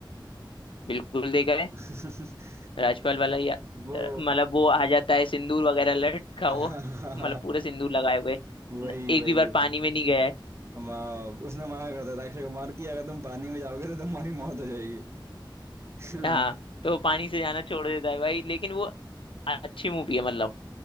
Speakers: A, on the left; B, on the right.
A: बिल्कुल देखा है
B: <laughs>
A: राजपाल वाला या
B: वो
A: अ, मतलब वो आ जाता है सिंदूर वगैरह लटका
B: <laughs>
A: वो मतलब पूरे सिंदूर लगाए हुए
B: वही
A: न- एक
B: वही
A: भी बार
B: वही
A: पानी में नहीं गया है
B: हम आ, उसने मना करता था अक्षय कुमार की अगर तुम पानी में जाओगे तो तुम्हारी मौत हो जाएगी <laughs>
A: हाँ तो वो पानी से जाना छोड़ देता है भाई लेकिन वो अच्छी मूवी है मतलब